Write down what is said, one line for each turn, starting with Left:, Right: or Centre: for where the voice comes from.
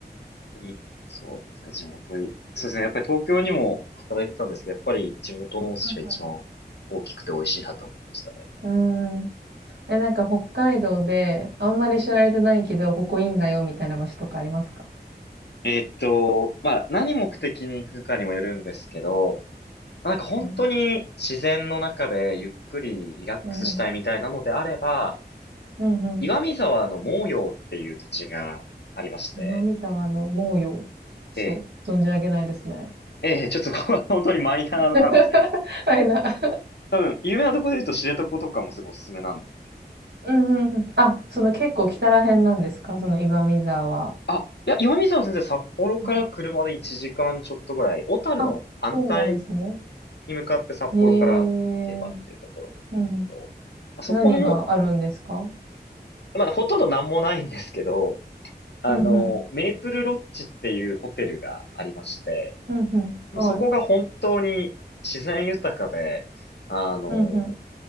Left: 本当に、そうですね、地元い、そうですね、やっぱり東京にも働いてたんですけど、やっぱり地元のお寿司が一番大きくて美味しいなと思いましたね。
Right: ううん、ん。うーん。え、なんか北海道で、あんまり知られてないけど、ここいいんだよ、みたいな場所とかありますか
Left: えーっと、まあ何目的に行くかにもよるんですけど、まあなんか本当に自然の中でゆっくりリラックスしたいみたいなのであれば、
Right: うん。うんうん。うんうん。
Left: 岩見沢の毛陽っていう土地がありまして、
Right: 今見たわの猛陽。ちょっと、
Left: ええ、
Right: 存じ上げないですね。
Left: ええ、ちょっとここは本当にマイナーなので、
Right: <laughs> はいな。<laughs>
Left: 多分有名なところで言うと知床とかもすごいおすすめなんですけど。
Right: うんうんうん。あ、その結構北ら辺なんですかその岩見沢は。
Left: あ、いや、岩見沢先生札幌から車で1時間ちょっとぐらい、
Right: うん
Left: 小樽の反対
Right: あ、そうなんですね。
Left: に向かって札幌から行けばっていうところなんですけど、
Right: へえ。うんうん。
Left: まあそこの、
Right: 何があるんですか
Left: まだほとんどなんもないんですけど、あの、
Right: うんうん。
Left: メープルロッジっていうホテルがありまして、
Right: うんうん。
Left: もうそこが本当に自然豊かで、
Right: はい。
Left: あの、
Right: うんう